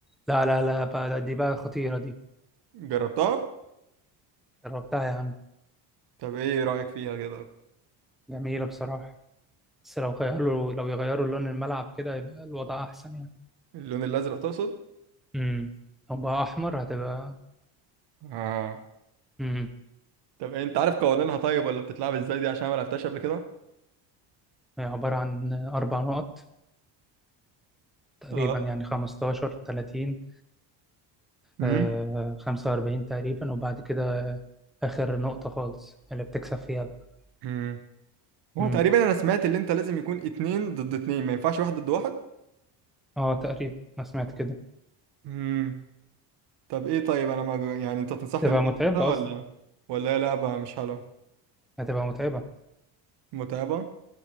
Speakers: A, in the centre; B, on the right.
A: لا لا لا بقى دي بقى خطيره دي
B: جربتها
A: جربتها يا عم
B: طب ايه رأيك فيها كده
A: جميله بصراحه بس لو غيروا لو يغيروا لون الملعب كده يبقى الوضع احسن يعني
B: اللون الازرق تقصد
A: امم لو بقى احمر هتبقى
B: اه
A: امم
B: طب إيه، انت عارف قوانينها طيب ولا بتتلعب ازاي دي عشان ما لعبتهاش قبل كده
A: هي عباره عن اربع نقط تقريبا
B: اه
A: يعني 15 30
B: امم
A: آه 45 تقريبا وبعد كده آخر نقطة خالص اللي بتكسب فيها بقى
B: امم هو
A: امم
B: تقريبا انا سمعت اللي انت لازم يكون اتنين ضد اتنين ما ينفعش واحد ضد واحد
A: اه تقريبا أنا سمعت كده
B: امم طب ايه طيب انا ما جو- يعني انت تنصحني
A: تبقى
B: ان
A: متعبة
B: انا ألعبها
A: أصلا
B: ولا ولا هي لعبة مش حلوة
A: هتبقى متعبة
B: متعبة